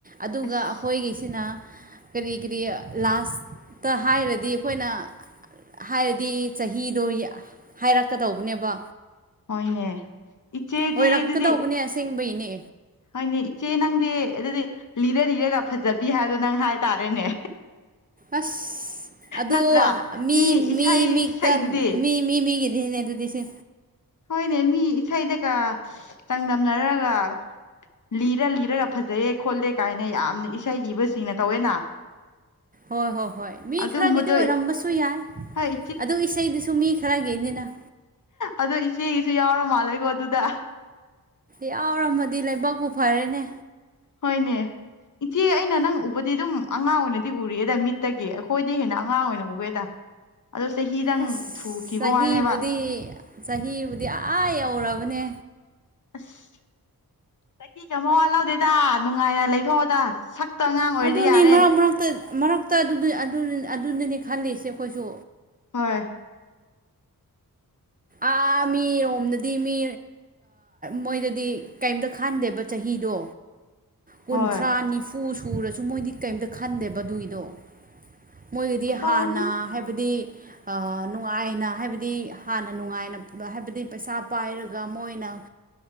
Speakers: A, on the right; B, on the left.
A: ꯑꯗꯨꯒ
B: ꯑꯁ
A: ꯑꯩ ꯁꯤꯅ ꯀꯔꯤ ꯀꯔꯤ ꯂꯥꯁꯇ ꯍꯥꯏꯔꯗꯤ ꯑꯩꯈꯣꯏꯅ ꯍꯥꯏꯔꯗꯤ ꯆꯍꯤꯗꯣ ꯍꯥꯏꯔꯛꯀꯗꯧꯕꯅꯦꯕ
B: ꯍꯣꯏꯅꯦ ꯏꯆꯦꯗꯤ
A: ꯑꯣꯏꯔꯛꯀꯗꯧꯕꯅꯦ
B: ꯑꯗꯨꯗꯤ
A: ꯑꯁꯦꯡꯕꯩꯅꯦ
B: ꯍꯣꯏꯅꯦ ꯏꯆꯦ ꯅꯪꯗꯤ ꯑꯗꯨꯗꯤ ꯂꯤꯔ ꯂꯤꯔꯒ ꯐꯖꯕꯤ ꯍꯥꯏꯕꯗꯣ ꯅꯪ ꯍꯥꯏꯇꯥꯔꯦꯅꯦ
A: ꯑꯁ ꯑꯗꯨ
B: ꯅꯠꯇ꯭ꯔꯥ
A: ꯃꯤ
B: ꯏꯁꯩ
A: ꯃꯤ ꯃꯤꯛꯇ
B: ꯁꯛꯏꯗꯨꯗꯤ
A: ꯃꯤ ꯃꯤ ꯃꯤꯒꯤ ꯅꯦ ꯑꯗꯨꯗꯁꯦ
B: ꯍꯣꯏꯅꯦ ꯃꯤ ꯏꯁꯩꯗꯒ ꯆꯥꯡꯗꯝꯅꯔꯒ ꯂꯤꯔ ꯂꯤꯔꯒ ꯐꯖꯩꯦ ꯈꯣꯠꯂꯦ ꯀꯥꯏꯅ ꯌꯥꯝꯅ ꯏꯁꯩ ꯏꯕꯁꯤꯡꯅ ꯇꯧꯋꯦꯅ
A: ꯍꯣꯏ ꯍꯣꯏ ꯍꯣꯏ ꯃꯤ
B: ꯑꯗꯨꯒꯨꯝꯕꯗꯣ
A: ꯈꯔꯒꯤꯗꯤ ꯑꯣꯏꯔꯝꯕꯁꯨ ꯌꯥꯏ
B: ꯍꯣꯏ
A: ꯑꯗꯨ ꯏꯁꯩꯗꯨꯁꯨ ꯃꯤ ꯈꯔꯒꯤꯅꯤꯅ
B: ꯑꯗꯨ ꯏꯆꯦꯒꯤꯁꯨ ꯌꯥꯎꯔ ꯃꯥꯜꯂꯦꯀꯣ ꯑꯗꯨꯗ
A: ꯌꯥꯎꯔꯝꯃꯗꯤ ꯂꯥꯏꯕꯥꯛꯄꯨ ꯐꯔꯦꯅꯦ
B: ꯍꯣꯏꯅꯦ ꯏꯆꯦ ꯑꯩꯅ ꯅꯪ ꯎꯕꯗꯤ ꯑꯗꯨꯝ ꯑꯉꯥꯡ ꯑꯣꯏꯅꯗꯤ ꯎꯔꯤꯌꯦꯗ ꯃꯤꯠꯇꯒꯤ ꯑꯩꯈꯣꯏꯗꯤ ꯍꯦꯟꯅ ꯑꯉꯥꯡ ꯑꯣꯏꯅ ꯎꯑꯦꯗ <inaudible> ꯆꯍꯤꯗꯪ
A: ꯑꯁ
B: ꯊꯨꯈꯤꯕ ꯋꯥꯅꯦꯕ
A: ꯆꯍꯤꯕꯨꯗꯤ ꯆꯍꯤꯕꯨꯗꯤ ꯑꯥ ꯌꯧꯔꯕꯅꯦ
B: ꯑꯁ ꯆꯍꯤ ꯀ ꯑꯃ ꯋꯥꯠꯍꯧꯗꯦꯗ ꯅꯨꯡꯉꯥꯏꯅ ꯂꯩꯊꯣꯛꯑꯣꯗ ꯁꯛ ꯛꯇ ꯑꯉꯥꯡ ꯑꯣꯏꯔꯗꯤ
A: ꯑꯗꯨꯅꯤ
B: ꯌꯥꯔꯦ
A: ꯃꯔꯛ ꯃꯔꯛꯇ ꯃꯔꯛꯇ ꯑꯗꯨ ꯑꯗꯨꯅꯅꯤ ꯈꯜꯂꯤꯁꯦ ꯑꯩꯈꯣꯏꯁꯨ
B: ꯍꯣꯏ <unintelligible>
A: ꯑꯥ ꯃꯤꯔꯣꯝꯗꯗꯤ ꯃꯤ ꯃꯣꯏꯗꯗꯤ ꯀꯩꯝꯇ ꯈꯟꯗꯦꯕ ꯆꯍꯤꯗꯣ ꯀꯨꯟꯊ꯭ꯔꯥ
B: ꯍꯣꯏ
A: ꯅꯤꯐꯨ ꯁꯨꯔꯁꯨ ꯃꯣꯏꯗꯤ ꯀꯔꯤꯝꯇ ꯈꯟꯗꯦꯕ ꯑꯗꯨꯒꯤꯗꯣ ꯃꯣꯏꯗꯗꯤ
B: ꯇꯧꯕꯅꯦ
A: ꯍꯥꯟꯅ ꯍꯥꯏꯕꯗꯤ ꯅꯨꯡꯉꯥꯏꯅ ꯍꯥꯏꯕꯗꯤ ꯍꯥꯟꯅ ꯅꯨꯡꯉꯥꯏ ꯍꯥꯏꯕꯗꯤ ꯄꯩꯁꯥ ꯄꯥꯏꯔꯒ ꯃꯣꯏꯅ